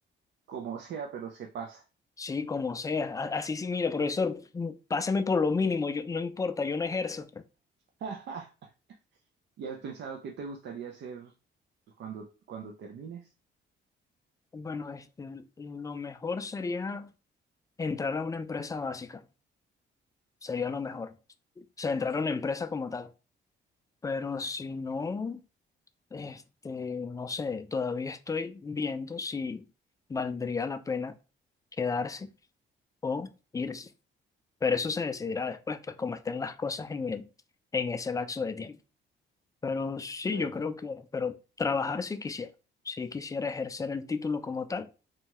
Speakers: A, on the right; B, on the left.
A: Como sea, pero se pasa.
B: Sí, como sea. A- Así sí, mire, profesor, páseme por lo mínimo, yo, no importa, yo no ejerzo.
A: <laughs> ¿Y has pensado qué te gustaría hacer pues, cuando, cuando termines?
B: Bueno, este, lo mejor sería entrar a una empresa básica, sería lo mejor. O sea, entrar a una empresa como tal. Pero si no, este, no sé, todavía estoy viendo si valdría la pena quedarse o irse. Pero eso se decidirá después, pues como estén las cosas en el, en ese lapso de tiempo. Pero sí,
A: Eh,
B: yo creo que, pero trabajar sí quisiera, sí quisiera ejercer el título como tal